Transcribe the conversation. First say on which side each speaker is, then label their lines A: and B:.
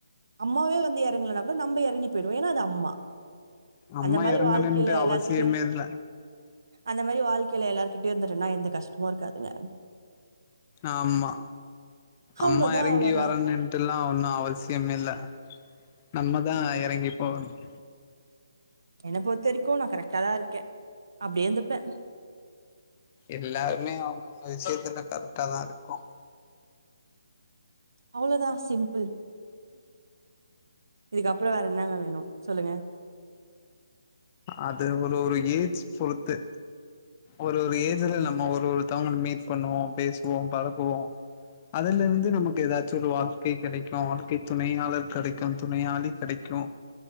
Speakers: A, on the right; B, on the left.
A: அம்மாவே வந்து இறங்கலனா கூட நம்ம இறங்கி போயிடுவோம் ஏன்னா அது அம்மா
B: அம்மா
A: அந்த மாதிரி
B: இறங்கணும்ன்ட்டு
A: வாழ்க்கையில
B: அவசியமே
A: எல்லார்கிட்டயும்
B: இல்ல
A: அந்த மாதிரி வாழ்க்கையில எல்லாருகிட்டே இருந்துட்டேன்னா எந்த கஷ்டமும் இருக்காதுங்க
B: ஆமா
A: அவ்வளவுதான்
B: அம்மா இறங்கி
A: அவ்வளவுதான்
B: வரணுன்ட்டு எல்லாம் ஒன்னும் அவசியம் இல்ல நம்மதான் இறங்கி போகணும்
A: என்ன பொறுத்த வரைக்கும் நான் கரெக்டாதான் இருக்கேன் அப்படியே இருந்துப்பேன்
B: எல்லாருமே அவங்க அவங்க விஷயத்துல கரெக்ட தான் இருக்கும்
A: அவ்ளோதான் சிம்பிள் இதுக்கப்புறம் வேற என்னங்க வேணும் சொல்லுங்க
B: அது ஒரு ஒரு ஏஜ் பொறுத்து ஒரு ஒரு ஏஜ்ல நம்ம ஒரு ஒருத்தவங்க மீட் பண்ணுவோம் பேசுவோம் பழகுவோம் அதுல இருந்து நமக்கு ஏதாச்சும் ஒரு வாழ்க்கை கிடைக்கும் வாழ்க்கை துணையாளர் கிடைக்கும் துணையாளி கிடைக்கும்